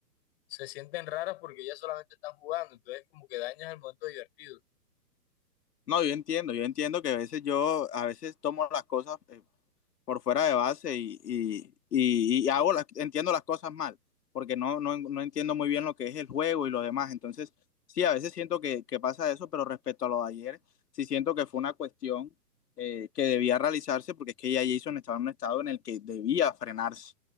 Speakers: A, on the left (about 35°); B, on the left (about 65°).
A: se sienten raras porque ellas solamente están jugando, entonces como que dañas el momento divertido.
B: No, yo entiendo, yo entiendo que a veces yo, a veces tomo las cosas eh, por fuera de base y, y, y, y hago las, entiendo las cosas mal, porque no, no, no entiendo muy bien lo que es el juego y lo demás. Entonces, sí, a veces siento que, que pasa eso, pero respecto a lo de ayer, sí siento que fue una cuestión eh, que debía realizarse, porque es que ya Jason estaba en un estado en el que debía frenarse